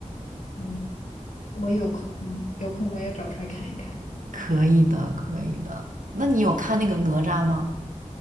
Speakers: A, on the left (about 70°); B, on the right (about 85°).
A: 嗯，我有空嗯有空我也找出来看一看，
B: 可以的，可以的。那你有看那个哪吒吗？